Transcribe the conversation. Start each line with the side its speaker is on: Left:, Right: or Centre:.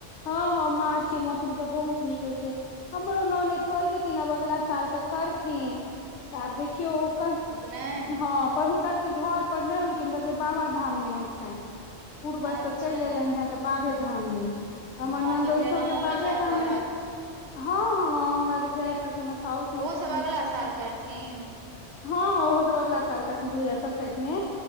Left: हँ हँ मार्च के मौसम तऽ बहुत नीक होइ छै हमरो ननैद कहै छथिन आब अगलाा साल तऽ करथिन तऽ आब देखियौ ओकर
Right: नहि
Left: हँ पर हुनका सबके कऽ घर पर नहि होइ छनि हुनका सब के बाबा धाम में होइ छनि पूर्वज
Right: अच्छा
Left: से चलि एयलनि हे तऽ बाबे धाम मे हमर नन्द
Right: तहन तऽ
Left: ओसो
Right: फेर अहूँके
Left: के बाबे
Right: जाय
Left: धाममे
Right: पड़त
Left: हँ हँ हमरा तऽ जाय पड़तै हमर साउस नहि
Right: ओहो
Left: छथिन
Right: सब अगला
Left: तऽ सभटा
Right: साल करथिन
Left: हँ ओहो सब अगला साल करथि दू हजार सत्तइस मे